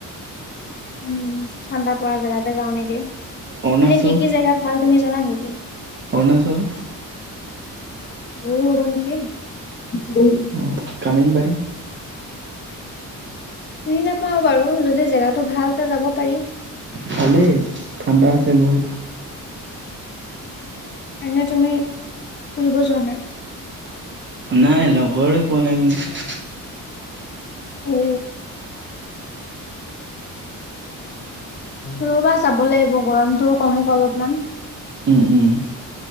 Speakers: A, on the left (about 30°); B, on the right (about 35°).
A: উম, ঠাণ্ডা পৰা জেগাতে যাও নেকি
B: অৰুণাচল
A: এনে কি-কি জেগাত ভাল তুমি জানা নেকি?
B: অৰুণাচল
A: দুৰ হ'ব নেকি? <unintelligible>
B: অ, কামিনবাৰী
A: চিনি নাপাও বাৰু যদি জেগাটো ভাল তে যাব পাৰি।
B: ভালেই ঠাণ্ডা আছে বহুত।
A: এনে তুমি ফুৰিব যোৱা নাই?
B: নাই লগৰে পোৱা নাই মোৰ।
A: এ ৰ'বা চাব লাগিব গৰমটো কমোক অলপমান।
B: উম-উম।